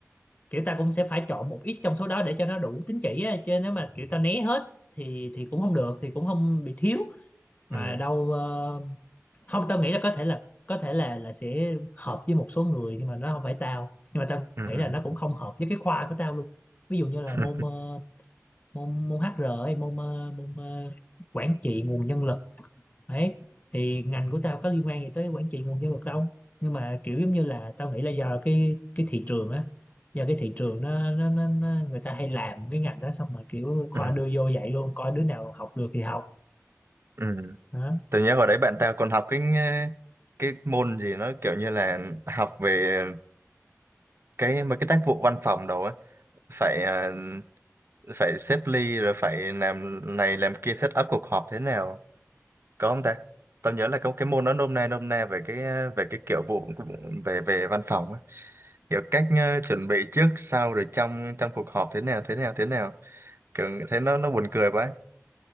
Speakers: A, on the left; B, on the right.
A: kiểu ta cũng sẽ phải chọn một ít trong số đó để cho nó đủ tín chỉ á chứ nếu mà kiểu ta né hết thì thì cũng không được thì cũng không bị thiếu mà
B: ừ
A: đâu ờ, không tao nghĩ là có thể là có thể là là sẽ hợp với một số người nhưng mà nó không phải tao nhưng mà tao
B: ừ
A: nghĩ
B: ừ
A: là nó cũng không hợp với cái khoa của tao luôn ví dụ như là
B: <laughs>
A: môn ờ, môn môn HR ấy, môn ờ, môn ờ, quản trị nguồn nhân lực ấy thì ngành của tao có liên quan gì tới quản trị nguồn nhân lực đâu nhưng mà kiểu giống như là tao nghĩ là do cái cái thị trường á do cái thị trường nó nó, nó, nó người ta hay làm cái ngành đó xong mà kiểu khoa
B: ừ
A: đưa vô vậy luôn coi đứa nào học được thì học
B: ừ.
A: đó
B: tự nhiên hồi đấy bạn tao còn học cái cái môn gì nó kiểu như là học về cái mấy cái tác vụ văn phòng đồ á phải ờ, phải xếp ly rồi phải làm này làm kia set up cuộc họp thế nào có không ta tao nhớ là có cái môn nó nôm na nôm na về cái về cái kiểu vụ cũng- về về văn phòng á kiểu cách ờ, chuẩn bị trước sau rồi trong trong cuộc họp thế nào thế nào thế nào kiểu thấy nó nó buồn cười quá